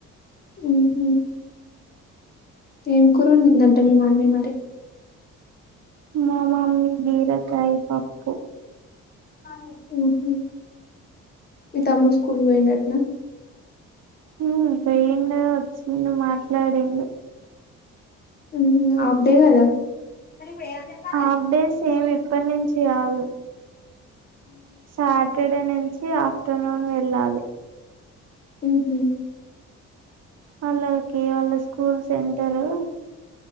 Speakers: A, on the left; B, on the right.
A: మ్మ్ హ్మ్ ఏం కురోండిందంట మీ మమ్మీ మరి
B: మా మమ్మీ బీరకాయ్ పప్పు
A: మ్మ్ హు మీ తమ్ముడు స్కూల్కు పోయిండటన
B: మ్మ్ పోయిండా వొచ్చిండు మాట్లాడిండు
A: మ్మ్ హు ఆఫ్ డే గదా మరి ఇప్పుడు ఏం చెప్పాలే
B: హాఫ్ డేస్ ఏమి ఇప్పటి నుంచి కాదు సాటర్డే నుంచి ఆఫ్టర్నూన్ వెళ్ళాలి
A: మ్మ్ హు
B: అలౌకి వాళ్ళ స్కూల్ సెంటరు